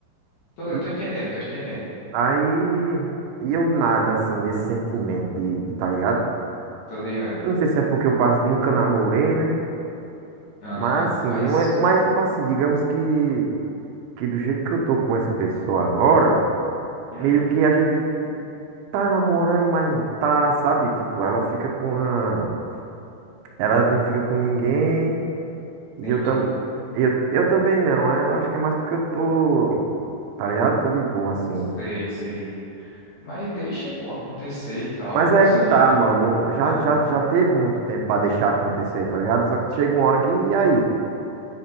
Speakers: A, on the left (about 50°); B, on the right (about 80°).
A: Tô,
B: e
A: eu tô entendendo, tô entendendo.
B: aí, e eu nada, assim, desse sentimento de, de, tá ligado?
A: Tô ligado.
B: Eu não sei se é porque eu pas- nunca namorei, né?
A: Aham,
B: Mas assim,
A: mas.
B: não é, mas tipo assim, digamos que que do jeito que eu tô com essa pessoa agora,
A: Hum,
B: meio que a gente tá namorando, mas não tá, sabe? Tipo, ela fica com a. Ela não fica com ninguém. E
A: nem
B: eu também.
A: tu.
B: Eu, eu também não. Aí Eu acho que é mais porque eu tô. Tá ligado? Tô de boa, assim.
A: Sei, sei. Mas deixa, pô, acontecer e tal.
B: Mas é que
A: E...
B: tá, mano. Já,
A: Ah,
B: já, já teve muito tempo pra deixar acontecer, tá ligado? Só que chega uma hora que. E aí?